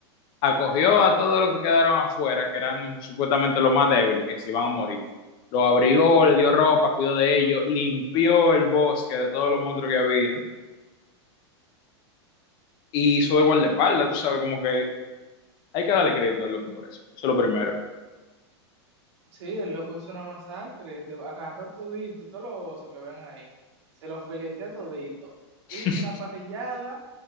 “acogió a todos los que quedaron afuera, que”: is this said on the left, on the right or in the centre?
Left